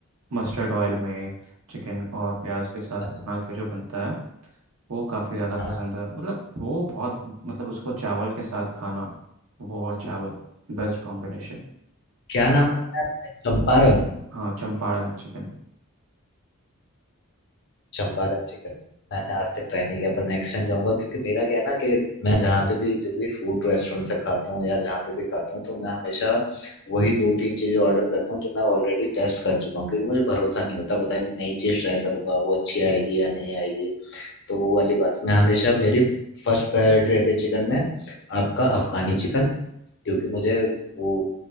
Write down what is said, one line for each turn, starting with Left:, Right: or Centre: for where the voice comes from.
Right: मस्टर्ड ऑयल में चिकन और प्याज के साथ
Left: अच्छा
Right: बना के जो बनता है वो काफ़ी ज़्यादा पसंद
Left: हाँ
Right: है मतलब वो बहुत मतलब उसको चावल के साथ खाना वो और चावल बेस्ट कॉम्बिनेशन
Left: क्या नाम है आपने? चंपारण
Right: हाँ चंपारण चिकन
Left: चंपारण चिकन मैंने आज तक ट्राई नहीं किया पर नेक्स्ट टाइम जाऊंगा क्योंकि मेरा क्या है ना कि मैं जहाँ पे भी जिस भी फूड रेस्टोरेंट से खाता हूँ या जहाँ पे भी खाता हूँ तो मैं हमेशा वही दो तीन चीजें ऑर्डर करता हूँ जो मैं ऑलरेडी टेस्ट कर चुका हूँ क्योंकि मुझे भरोसा नहीं होता पता नहीं नई चीज ट्राई करूंगा वो अच्छी आएगी या नहीं आएगी तो वो वाली बात मैं हमेशा मेरी फर्स्ट प्रायोरिटी रहती है चिकन में आपका अफगानी चिकन क्योंकि मुझे वो